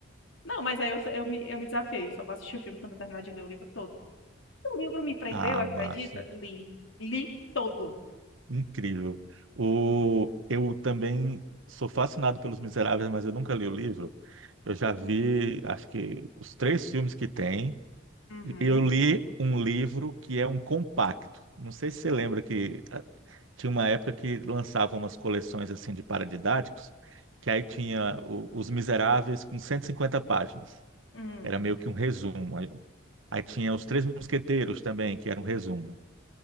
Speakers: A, on the left (about 80°); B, on the right (about 80°).
A: Não, mas aí eu, eu me, eu me desafiei, eu só vou assistir o filme quando eu terminar de ler o livro todo. O livro me prendeu,
B: Ah,
A: acredita?
B: massa.
A: Li. Li todo.
B: Incrível. O... Eu também sou fascinado pelos Miseráveis, mas eu nunca li o livro. Eu já vi, acho que, os três filmes que tem.
A: Uhum.
B: Eu li um livro que é um compacto. Não sei se você lembra que ah, tinha uma época que lançavam umas coleções assim de paradidáticos, que aí tinha o- Os Miseráveis com 150 páginas.
A: Hum.
B: Era meio que um resumo. Aí tinha Os Três Mosqueteiros também, que era um resumo.